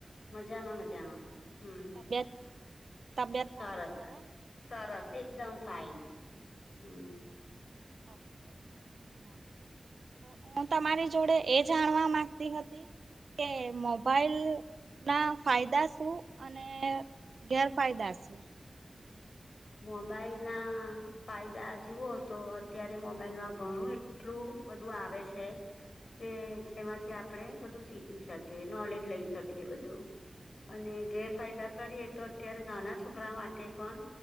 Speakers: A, on the left; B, on the right.
A: મજામાં નુ જેમા હમ
B: તબિયત તબિયત
A: સરસ
B: પાણી સારા
A: અ.
B: ને
A: સરસ એકદમ ફાઇન હમ.
B: ઓકે હા તો હું તમારી
A: હમ
B: જોડે એ જાણવા માંગતી હતી કે મોબાઈલ ના ફાયદા શું અન. ને ગેરફાયદા છે.
A: મોબાઈલ ના ફાયદા જુવો તો અત્યારે મોબાઈલમાં ઘણું એટલું બધું આવે છે. કે જેમાંથી આપણેે બધું શીખી શકીએ નોલેજ લઈ શકીએ બધું. અને ગેર ફાયદા કરીએ તો અત્યારે નાના છોકરા માટે પણ